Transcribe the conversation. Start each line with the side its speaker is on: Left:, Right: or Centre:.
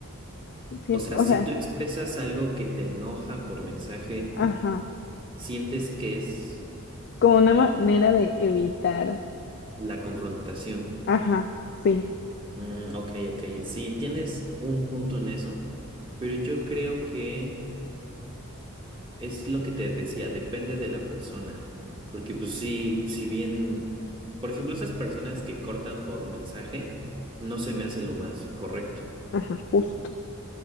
Left: sí,
Right: O sea,
Left: o
Right: si
Left: sea,
Right: tú expresas algo que te enoja por mensaje,
Left: ajá,
Right: sientes que es
Left: como una manera de evitar,
Right: la confrontación.
Left: ajá, sí,
Right: Mm, ok, ok. Sí, tienes un punto en eso, pero yo creo que es lo que te decía, depende de la persona. Porque pues sí, si bien, por ejemplo, esas personas que cortan por mensaje, no se me hace lo más correcto.
Left: ajá, justo.